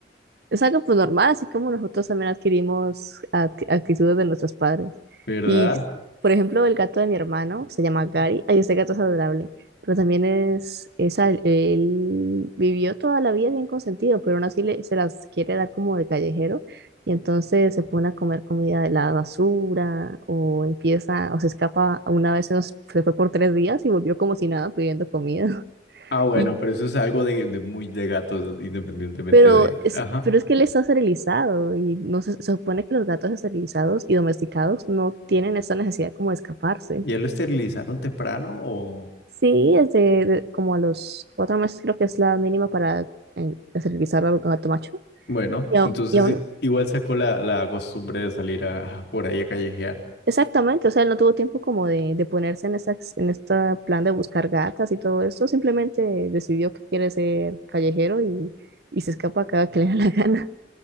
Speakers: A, on the right (about 60°); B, on the left (about 65°).
A: Es algo pues normal, así como nosotros también adquirimos act- actitudes de nuestros padres.
B: ¿Verdad?
A: Y, por ejemplo, el gato de mi hermano se llama Gary. Ay, ese gato es adorable, pero también es, es al- él vivió toda la vida bien consentido, pero aún así le- se las quiere dar como de callejero y entonces se pone a comer comida de la basura o empieza o se escapa. Una vez se nos- se fue por tres días y volvió como si nada pidiendo comida. <laughs>
B: Ah, bueno,
A: Y
B: pero eso es algo de, de muy de gatos, independientemente
A: Pero
B: de...
A: es,
B: Ajá.
A: pero es que él está esterilizado y no se, se supone que los gatos esterilizados y domesticados no tienen esta necesidad como de escaparse.
B: ¿Ya lo esterilizaron temprano o...?
A: Sí, es de, de- como a los cuatro meses creo que es la mínima para eh, esterilizar al gato macho.
B: Bueno,
A: Y, aún
B: entonces
A: y aún,
B: i- igual sacó la, la costumbre de salir a, <laughs> por ahí a callejear
A: exactamente, o sea, él no tuvo tiempo como de, de ponerse en esta, ex- en este plan de buscar gatas y todo esto, simplemente decidió que quiere ser callejero y, y se escapa cada que le da la gana.